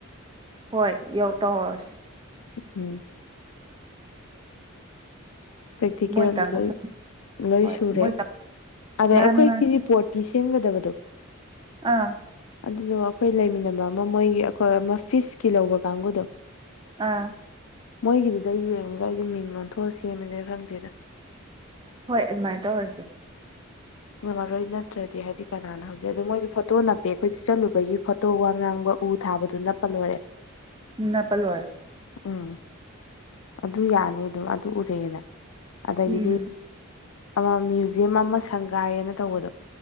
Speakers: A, on the right; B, on the left.
A: ꯍꯣꯏ ꯌꯧ ꯇꯧꯔꯁꯤ
B: ꯎꯝ ꯄ꯭ꯔꯦꯛꯇꯤꯀꯦꯜꯖꯨ
A: ꯃꯣꯏꯇꯪꯅ
B: ꯂꯣꯏ
A: ꯁꯨꯝ
B: ꯂꯣꯏ
A: ꯍꯣꯏ
B: ꯁꯨꯔꯦ
A: ꯃꯣꯏꯇꯪ
B: ꯑꯗꯩ
A: ꯃꯥꯅꯤ
B: ꯑꯩꯈꯣꯏꯒꯤ
A: ꯃꯥꯅꯤ
B: ꯔꯤꯄꯣꯔꯠ ꯀꯤ ꯁꯦꯝꯒꯗꯕꯗꯣ
A: ꯑꯥ
B: ꯑꯗꯨꯗꯣ ꯑꯩꯈꯣꯏ ꯂꯩꯃꯤꯟꯅꯕ ꯑꯃ ꯃꯣꯏꯒꯤ ꯑꯩꯈꯣꯏ ꯑꯃ ꯐꯤꯁꯀꯤ ꯂꯧꯕ ꯀꯥꯡꯉꯨꯗꯣ
A: ꯑꯥ
B: ꯃꯣꯏꯒꯤꯗꯨꯗ ꯌꯦꯡꯉꯒ ꯑꯩꯗꯤ ꯃꯤꯡ ꯑꯣꯟꯊꯣꯛꯑ ꯁꯦꯝꯃꯁꯤꯔ ꯈꯪꯗꯦꯗ
A: ꯍꯣꯏ ꯑꯗꯨꯃꯥꯏ ꯇꯧꯔꯁꯤ
B: ꯉꯝꯃꯔꯣꯏ ꯅꯠꯇ꯭ꯔꯗꯤ ꯍꯥꯏꯗꯤ ꯀꯅꯥꯅ ꯍꯧꯖꯤꯛ ꯑꯗꯣ ꯃꯣꯏꯗꯤ ꯐꯣꯇꯣ ꯅꯞꯄꯦ ꯑꯩꯈꯣꯏꯖꯨ ꯆꯠꯂꯨꯕꯒꯤ ꯐꯣꯇꯣ ꯋꯥ ꯉꯥꯡꯕ ꯎ ꯊꯥꯕꯗꯣ ꯅꯞꯄ ꯂꯣꯏꯔꯦ
A: ꯅꯞꯄ ꯂꫭꯏꯔꯦ
B: ꯎꯝ ꯑꯗꯨ ꯌꯥꯅꯤ ꯑꯗꯨꯝ ꯑꯗꯨ ꯎꯔꯛꯑꯦꯅ ꯑꯗꯒꯤꯗꯤ
A: ꯎꯝ
B: ꯑꯃ ꯃ꯭ꯌꯨꯖꯤꯌꯝ ꯑꯃ ꯁꯪꯒꯥꯏꯌꯦꯅ ꯇꯧꯕꯗꯣ